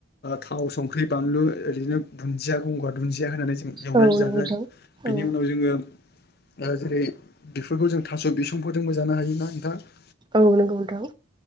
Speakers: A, on the left (about 50°); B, on the right (about 25°).
A: थाव संख्रि बानलु ओरैनो दुन्दिया गंगार दुन्दिया होनानै जों एवनानै
B: औ
A: जागोन
B: नंगौ नोंथां औ
A: बिनि उनाव जोङो जेरै बेफोरखौ जों थास' बिसंफोरजोंबो जानो हायोना नोंथाङा।
B: औ नंगौ नोंथां।